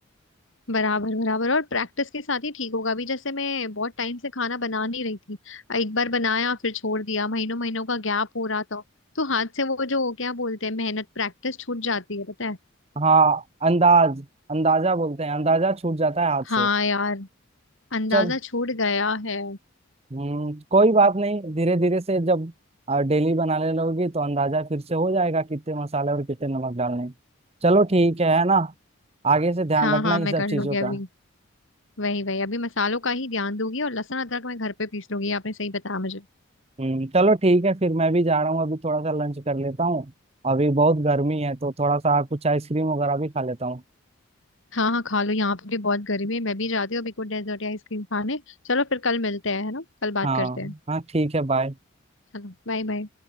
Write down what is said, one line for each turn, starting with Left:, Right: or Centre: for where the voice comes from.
Left: बराबर बराबर और प्रैक्टिस के साथ ही ठीक होगा अभी जैसे मैं बहुत टाइम से खाना बना नहीं रही थी एक बार बनाया फिर छोड़ दिया महीनों महीनों का गैप हो रहा था तो हाथ से वो जो क्या बोलते हैं मेहनत प्रैक्टिस छूट जाती है पता है
Right: हाँ अंदाज अंदाजा बोलते हैं अंदाजा छूट जाता है हाथ
Left: हाँ
Right: से
Left: यार अंदाजा
Right: चल
Left: छूट गया है
Right: हम्म कोई बात नहीं धीरे धीरे से जब डेली बनाने लगोगी तो अंदाजा फिर से हो जाएगा कितने मसाले और कितने नमक डालने हैं। चलो ठीक है है ना आगे से ध्यान
Left: हाँ
Right: रखना
Left: हाँ
Right: इन
Left: मैं
Right: सब
Left: कर लूंगी
Right: चीजों
Left: अभी
Right: का
Left: वही वही अभी मसालों का ही ध्यान दूंगी और लहसुन अदरक मैं घर पे पीस लूंगी ये आपने सही बताया मुझे
Right: हम्म चलो ठीक है फिर मैं भी जा रहा हूँ अभी थोड़ा सा लंच कर लेता हूँ अभी बहुत गर्मी है तो थोड़ा सा कुछ आइसक्रीम वगैरह भी खा लेता हूँ
Left: हाँ हाँ खा लो यहाँ पे भी बहुत गर्मी है मैं भी जाती हूँ अभी कुछ डेजर्ट या आइसक्रीम खाने चलो फिर कल मिलते हैं है ना कल बात
Right: हाँ
Left: करते हैं
Right: हाँ ठीक है बाय
Left: चलो बाय बाय